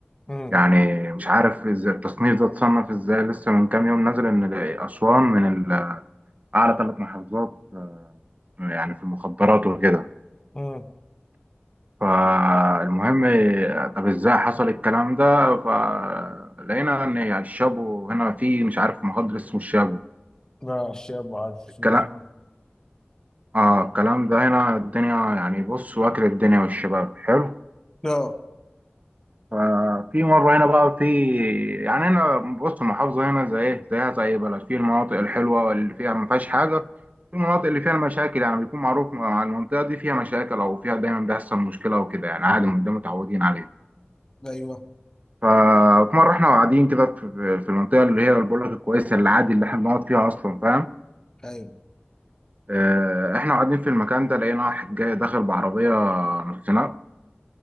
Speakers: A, on the left; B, on the right.
A: امم
B: يعني مش عارف ازاي التصنيف ده اتصنف ازاي لسه من كام يوم نازل ان اسوان من ال- اعلى ثلاث محافظات يعني في المخدرات وكده
A: امم
B: فالمهم طب ازاي حصل الكلام ده فلقينا ان الشابو هنا في مش عارف مخدر اسمه الشابو
A: لا الشيء ما عارف سمعت
B: الكلام
A: عنه
B: اه الكلام ده هنا الدنيا يعني بص واكل الدنيا والشباب حلو
A: اه
B: ففي مرة هنا بقى في يعني هنا بص المحافظة هنا زي إيه زيها زي أي بلد في المناطق الحلوة واللي فيها ما فيهاش حاجة في المناطق اللي فيها المشاكل يعني بيكون معروف مع المنطقة دي فيها مشاكل أو فيها دايما بيحصل مشكلة وكده يعني عادي من ده متعودين عليه
A: ايوه
B: ففي مرة إحنا قاعدين كده في في- في المنطقة اللي هي بقول لك الكويسة اللي عادي اللي إحنا بنقعد فيها أصلا فاهم
A: ايوه
B: آه، إحنا قاعدين في المكان ده لقينا واحد جاي داخل بعربية نص نقل